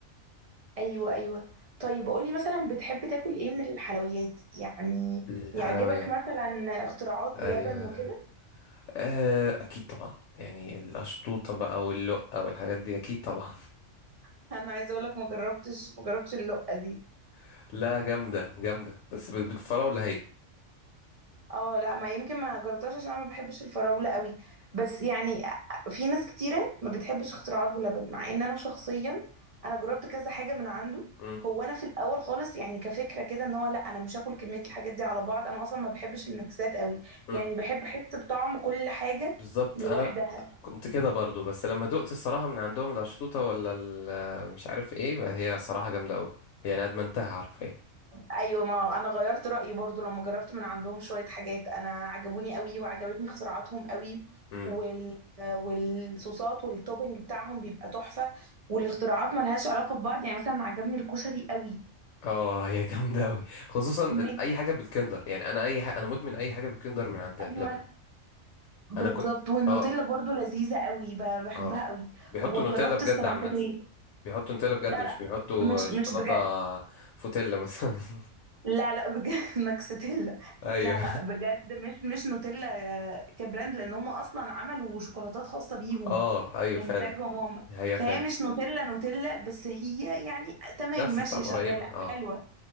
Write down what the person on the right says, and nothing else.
ايوه ايوه طيب قولي مثلا بتحب تاكل ايه من الحلويات يعني
يعجبك مثلا اختراعات بلبن
وكده
<laughs> انا عايزه اقول لك ما جربتش ما جربتش اللقه دي
اه لا ما يمكن ما جربتهاش عشان انا ما بحبش الفراولة قوي بس يعني في ناس كتيرة ما بتحبش اختراعات بلبن مع ان انا شخصيا انا جربت كذا حاجة من عنده
هو انا في الاول خالص يعني كفكرة كده ان هو لا انا مش هاكل كمية الحاجات دي على بعض انا اصلا ما بحبش النكسات قوي
يعني بحب احس بطعم كل حاجة
لوحدها
ايوه ما انا غيرت رايي برضو لما جربت من عندهم شويه حاجات انا عجبوني قوي وعجبتني اختراعاتهم قوي
وال والصوصات والتوبنج بتاعهم بيبقى تحفه والاختراعات ملهاش علاقه ببعض يعني مثلا عجبني الكشري قوي
ميكس
ايوه بالظبط
والنوتيلا
برضو لذيذه قوي ب- بحبها
قوي
وجربت
السلانكاتيه
لا
لا
مش
مش بجد
لا لا بجد <laughs> ماكساتيلا
لا لا بجد مش مش نوتيلا آه، كبراند لان هم اصلا عملوا شوكولاتات خاصه بيهم
انتاجهم هم
فهي
مش نوتيلا نوتيلا بس هي يعني تمام
ماشيه
شغاله
حلوه